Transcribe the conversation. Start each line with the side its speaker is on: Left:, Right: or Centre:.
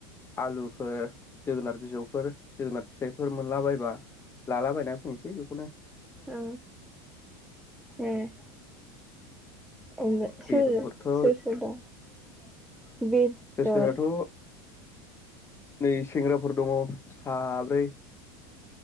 Left: आलुफोर जोगोनार बिजौफोर जोगोनार फिथाइफोर मोनला बायबा लालाबायना फैनोसै बेखौ
Centre: औ ए ओमबाय
Left: बेदरफोरथ'
Centre: सोरो सोर सोर दं बेदर
Left: सोर सोराथ' नै सेंग्राफोर दङ साब्रै